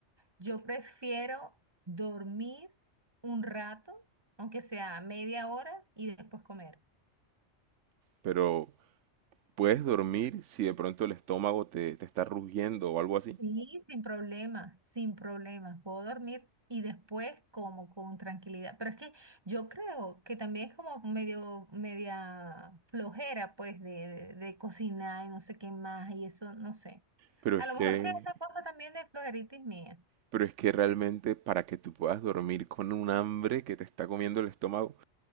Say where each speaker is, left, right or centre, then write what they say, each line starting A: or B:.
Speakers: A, on the right; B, on the right.
A: Yo prefiero dormir un rato, aunque sea media hora, y después comer.
B: Pero puedes dormir si de pronto el estómago te, te está rugiendo o algo
A: Sí,
B: así.
A: sin problema, sin problema. Puedo dormir y después como con tranquilidad. Pero es que yo creo que también es como medio, media flojera, pues, de, de, de cocinar y no sé qué más, y eso, no sé.
B: Pero
A: A
B: es
A: lo
B: que
A: mejor sí es otra cosa también de flojeritis mía.
B: Pero es que realmente para que tú puedas dormir con un hambre que te está comiendo el estómago,